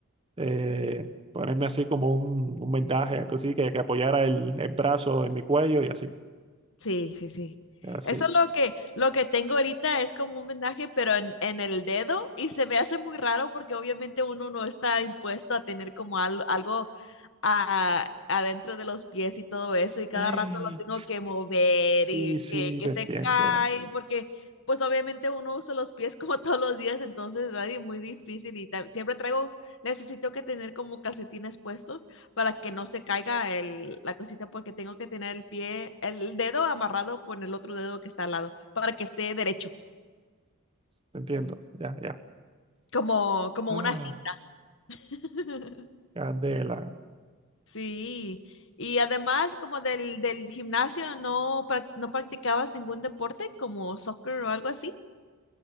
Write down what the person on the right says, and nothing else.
eh, ponerme así como un, un vendaje, algo así, que, que apoyara el, el brazo en mi cuello y así,
así.
Ey,
sí,
sí,
te entiendo,
te entiendo, ya, ya.
Ah,
candela.